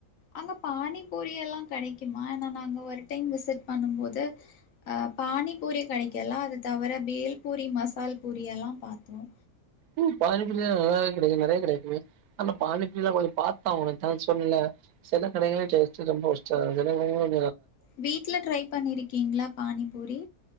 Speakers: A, on the left; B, on the right.
A: அங்க பானி பூரிய எல்லாம் கிடக்கு ஏன்னா நாங்க ஒரு டைம் விசிட் பண்ணும் போது அஹ பானிபூரி கிடைக்கல அது தவிர வேல் பூரி மசால் பூரி எல்லாம் பா்த்தோம்
B: உ பானிப்புரியாம் நல்லாவே கிடைக்கும் நிறைய கிடைம ஆனா பானிப்புரிய எல்லாம் கொஞ்சம் பார்த்தா உ சொன்ன சில கடைகளேடேஸ்ட்டு ரொம்ப ஒஸ்ட ரொம்ப ஒஸ்ட சில கடையில
A: வீட்ல ட்ரை பண்ணிருக்கீங்களா பாணி புரி